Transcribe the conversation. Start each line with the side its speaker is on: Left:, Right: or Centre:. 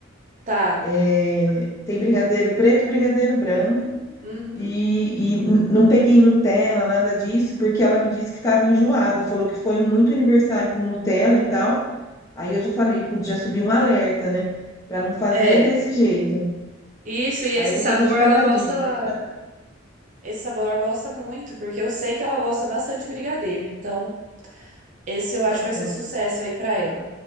Right: Tá.
Left: É, Tem brigadeiro preto, brigadeiro branco.
Right: Uhum.
Left: E, e n- não peguei Nutella, nada disso, porque ela me disse que estava enjoada. Falou que foi um muito aniversário com Nutella e tal. Aí eu já falei, putz, já subiu um alerta, né? Pra não fazer
Right: É.
Left: desse jeito.
Right: Isso, e esse
Left: Aí eu vou
Right: sabor
Left: fazer de casadinho,
Right: ela gosta.
Left: tradicional,
Right: Esse sabor ela gosta muito, porque eu sei que ela gosta bastante de brigadeiro. Então, esse eu acho
Left: né? Então,
Right: que vai ser sucesso aí pra ela.